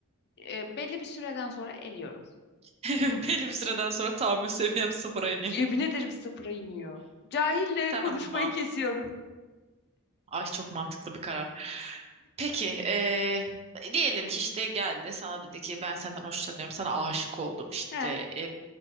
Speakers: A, on the left; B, on the right.
A: E, belli bir süreden sonra eliyorum.
B: <laughs> Belli bir süreden sonra tahammül seviyem sıfıra iniyor.
A: Yemin ederim sıfıra iniyor. Cahille
B: Tamam.
A: konuşmayı kesiyorum.
B: Ay çok mantıklı bir karar. Peki ee, diyelim ki işte geldi sana dedi ki ben senden hoşlanıyorum sana aşık oldum işte
A: <laughs> He.